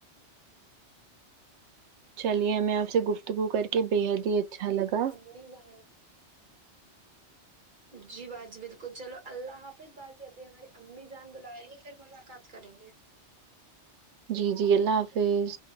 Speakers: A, on the right; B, on the right.
A: چلیے ہمیں آپ سے گفتگو کر کے بےحد ہی اچھا لگا
B: ہم نہیں جانا جی باجی بالکل چلو اللہ حافظ باجی ابھی ہماری امی جان بلا رہی ہے پھر ملاقات کریں گے
A: جی جی اللہ حافظ